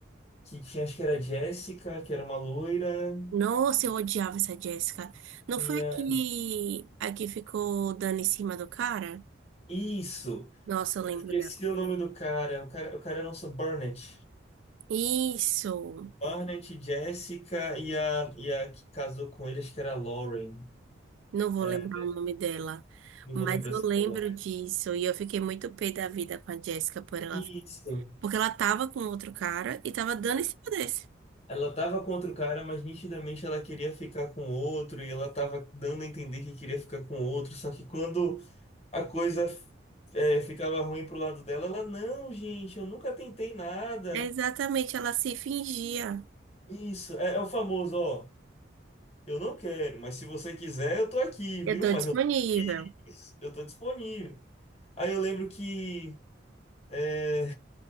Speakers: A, on the left; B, on the right.
A: que tinha, acho que era Jessica, que era uma loira.
B: Nossa, eu odiava essa Jéssica. Não
A: Tinha...
B: foi a que, a que ficou dando em cima do cara?
A: Isso!
B: Nossa, eu lembro
A: Esqueci
B: dela.
A: o nome do cara. O cara, o cara era o nosso Barnett.
B: Isso!
A: Barnett, Jessica e a, e a que casou com ele, acho que era a Lauren.
B: Não vou
A: É,
B: lembrar o nome dela,
A: não
B: mas
A: vou lembrar
B: eu
A: se
B: lembro
A: falou.
B: disso. E eu fiquei muito pé da vida com a Jéssica por ela.
A: Isso.
B: Porque ela tava com outro cara e tava dando em cima desse.
A: Ela tava contra o cara, mas nitidamente ela queria ficar com o outro e ela tava dando a entender que queria ficar com o outro. Só que quando a coisa é, ficava ruim pro lado dela, ela, não, gente, eu nunca tentei nada.
B: Exatamente, ela se fingia.
A: Isso, é, é o famoso, ó, eu não quero, mas se você quiser, eu tô aqui, viu?
B: Eu tô
A: Mas
B: disponível.
A: eu tô aqui, eu tô disponível. Aí eu lembro que. é,